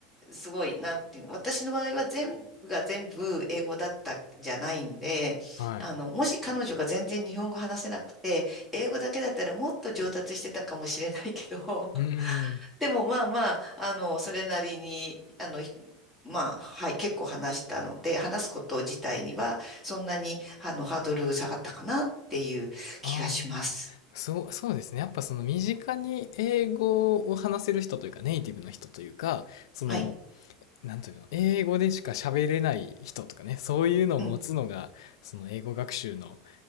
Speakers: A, in the centre; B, on the left (about 80°).
A: すごい、なんていうの、私の場合は全部が全部英語だったんじゃないんで、
B: はい。
A: あの、もし彼女が全然日本語話せなくて、英語だけだったらもっと上達してたかもしれないけど、
B: うーん。
A: <laughs> でもまあまあ、あの、それなりに、あの、まあ、はい、結構話したので、話すこと自体には、そんなに、あの、ハードル下がったかなっていう気がします。
B: ああ、そう、そうですね。やっぱその身近に英語を話せる人というか、ネイティブの人というか、その、
A: はい。
B: なんというの、英語でしか喋れない人とかね、そういうのを持つのが、
A: うん
B: その英語学習の、